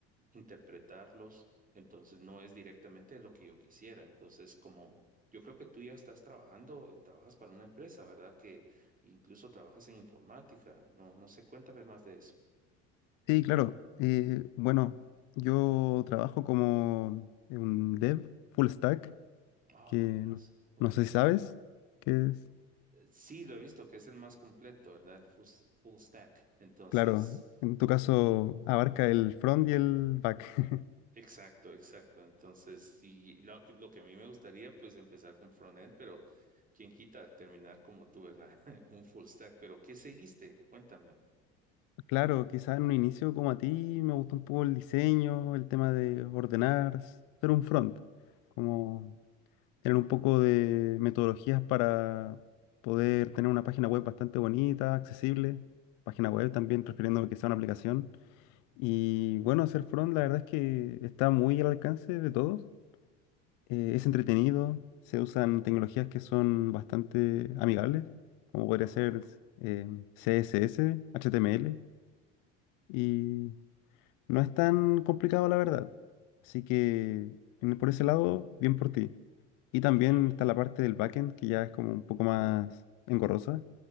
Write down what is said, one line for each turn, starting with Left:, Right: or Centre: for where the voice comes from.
Right: interpretarlos, entonces no es directamente lo que yo quisiera. Entonces, como yo creo que tú ya estás trabajando, eh, trabajas para una empresa, ¿verdad? Que incluso trabajas en informática. No, no sé, cuéntame más de eso.
Left: Sí, claro. Eh, bueno, yo trabajo como un dev full stack,
Right: Oh,
Left: que
Right: de
Left: no,
Right: veras. Ok.
Left: no sé si sabes qué es.
Right: Eh, Sí, lo he visto que es el más completo, ¿verdad? El full, s- full stack. Entonces,
Left: Claro, en tu caso abarca el front y el back. <laughs>
Right: exacto, exacto. Entonces, y, lo, que- lo que a mí me gustaría, pues empezar con frontend, pero quién quita terminar como tú, ¿verdad? <laughs> Un full stack. Pero, ¿qué seguiste? Cuéntame.
Left: Claro, quizás en un inicio como a ti me gustó un poco el diseño, el tema de ordenar, ser un front, como tener un poco de metodologías para poder tener una página web bastante bonita, accesible, página web también, refiriéndome que sea una aplicación. Y bueno, hacer front la verdad es que está muy al alcance de todos. Eh, es entretenido, se usan tecnologías que son bastante amigables, como podría
Right: ajá
Left: ser eh, CSS, HTML, y no es tan complicado la verdad. Así que en- por ese lado, bien por ti. Y también
Right: Ok,
Left: está la parte del backend, que ya es como un poco más engorrosa,